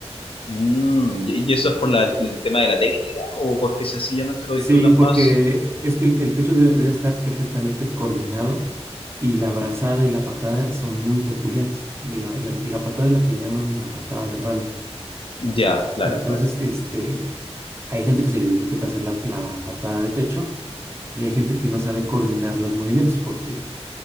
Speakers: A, on the left (about 55°); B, on the right (about 25°).
A: Mm, ¿y y eso es por la- el tema de la técnica o porque sencillamente lo disfrutas
B: Sí, porque
A: más?
B: es que el, el pecho debe, debe estar perfectamente coordinado y la brazada y la patada son muy peculiares. La, la- la patada es la que le llaman la patada de rana.
A: Ya, claro,
B: Entonces,
A: claro.
B: este, hay gente que se le dificulta hacer la, la patada de pecho y hay gente que no sabe coordinar los movimientos porque